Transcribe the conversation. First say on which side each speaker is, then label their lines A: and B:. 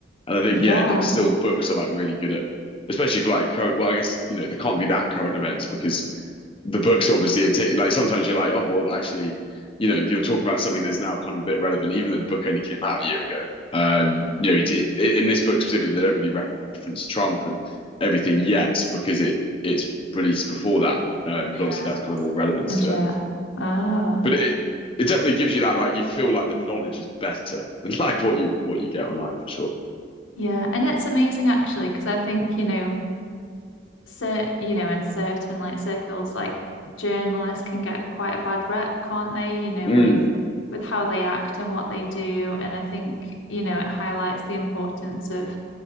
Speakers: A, on the left; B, on the left.
A: And I think,
B: Yeah.
A: yeah, like still books are like really good at, especially for like current. Well, I guess you know they can't be that current events because the books obviously it take, like sometimes you're like oh well actually you know you're talking about something that's now kind of a bit irrelevant even though the book only came out a year ago um
B: mm.
A: you know it, it, in this book specifically they don't really reference trump and everything yet because it it's released before that um,
B: Yeah,
A: but obviously that's kind
B: hasn't
A: of all relevance
B: happened.
A: to
B: yet.
A: it
B: chat. Oh,
A: but it it definitely gives you that like you feel like the knowledge is better <laughs> than like what you what you get online for sure
B: yeah. And it's amazing actually, because I think, you know, So you know, in certain like circles, like journalists can get quite a bad rep, can't they? You know,
A: mm,
B: with with how they act and what they do. And I think, you know, it highlights the importance of